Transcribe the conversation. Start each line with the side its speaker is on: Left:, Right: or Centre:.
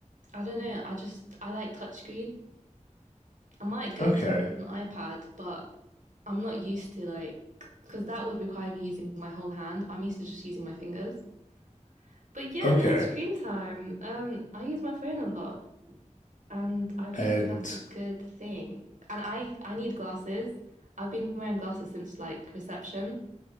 Right: I don't know. I just I like touchscreen. I might go
Left: Okay.
Right: to an iPad, but I'm not used to like because that would require me using my whole hand. I'm used to just using my fingers. But yeah,
Left: Okay.
Right: no screen time. Um, I use my phone a lot, and I don't
Left: And
Right: think that's a good thing. And I I need glasses. I've been wearing glasses since like reception,